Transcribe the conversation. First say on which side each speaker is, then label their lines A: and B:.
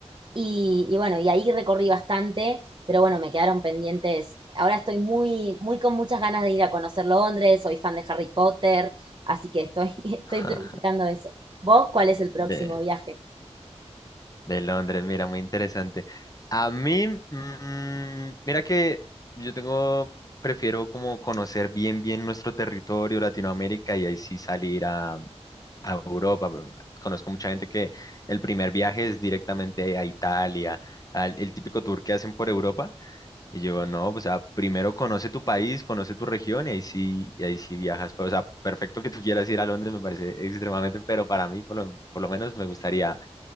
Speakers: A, on the right; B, on the left.
A: Y, y bueno, y ahí recorrí bastante, pero bueno, me quedaron pendientes. Ahora estoy muy, muy con muchas ganas de ir a conocer Londres. Soy fan de Harry Potter, así que estoy, <laughs> estoy
B: <laughs>
A: planificando eso. ¿Vos cuál es el próximo
B: De-
A: viaje?
B: De Londres, mira, muy interesante. A mí, mm, mira que yo tengo, prefiero como conocer bien, bien nuestro territorio, Latinoamérica, y ahí sí salir a, a Europa. pero Conozco mucha gente que el primer viaje es directamente a Italia, al, el típico tour que hacen por Europa. Y yo, no, o sea, primero conoce tu país, conoce tu región, y ahí sí, y ahí sí viajas. Pero, o sea, perfecto que tú quieras ir a Londres, me parece extremadamente, pero para mí, por lo, por lo menos, me gustaría